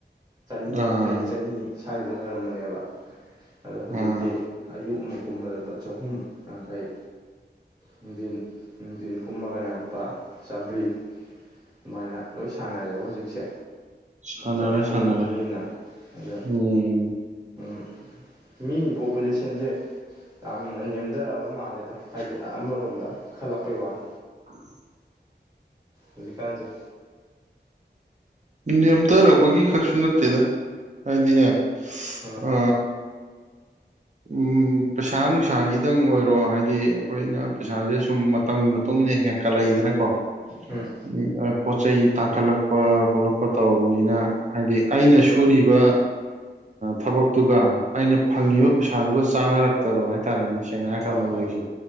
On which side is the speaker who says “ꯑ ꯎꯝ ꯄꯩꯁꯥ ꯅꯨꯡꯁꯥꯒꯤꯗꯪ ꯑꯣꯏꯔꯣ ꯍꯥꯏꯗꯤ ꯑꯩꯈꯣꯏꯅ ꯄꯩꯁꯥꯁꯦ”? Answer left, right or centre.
Right